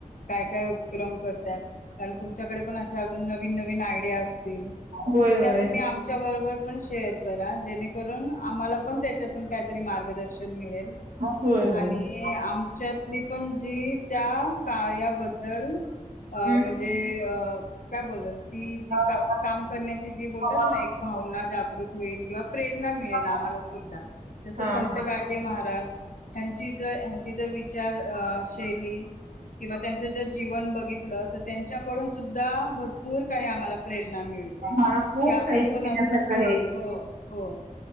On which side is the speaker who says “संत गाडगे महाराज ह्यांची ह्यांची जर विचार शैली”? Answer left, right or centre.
Left